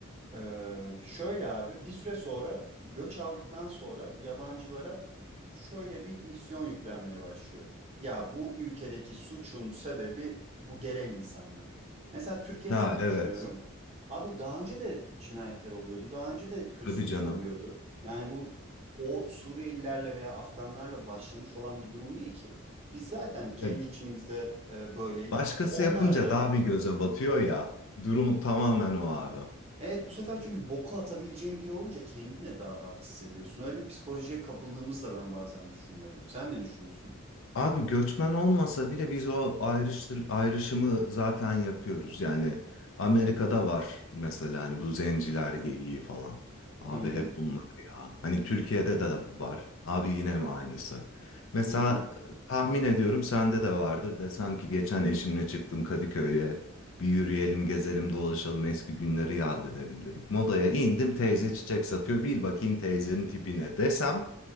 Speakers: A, on the right (about 30°); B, on the left (about 70°).
A: Ee, şöyle abi bir süre sonra göç aldıktan sonra yabancılara şöyle bir misyon yüklenmeye başlıyor. Ya bu ülkedeki suçun sebebi bu gelen insanlar. Mesela Türkiye'den
B: Ha
A: de
B: evet.
A: düşünüyorum. Abi daha önce de cinayetler oluyordu. Daha önce de hırsızlık
B: Tabii canım.
A: oluyordu. Yani bu o Suriyelilerle veya Afganlarla başlamış olan bir durum değil ki. Biz zaten kendi
B: Ya,
A: içimizde e, böyleydik.
B: başkası
A: Onlar
B: yapınca
A: da
B: daha
A: öyle.
B: bir göze batıyor ya. Durumu tamamen o abi.
A: Evet bu sefer çünkü boku atabileceğin biri olunca kendine daha rahat hissediyorsun. Öyle bir psikolojiye kapıldığımızı da ben bazen düşünüyorum. Sen ne düşünüyorsun?
B: Abi göçmen olmasa bile biz o ayrıştır, ayrışımı zaten yapıyoruz. Yani Amerika'da var mesela hani bu zenciler geyiği falan. Abi
A: Hı hı
B: hep bunlar ya. Hani Türkiye'de de de var. Abi yine mi aynısı? Mesela
A: hı hı.
B: e, tahmin ediyorum sende de vardır. Desem ki geçen eşimle çıktım Kadıköy'e. Bir yürüyelim, gezelim, dolaşalım, eski günleri yad edelim dedik. Modaya indim teyze çiçek satıyor. Bil bakayım teyzenin tipine desem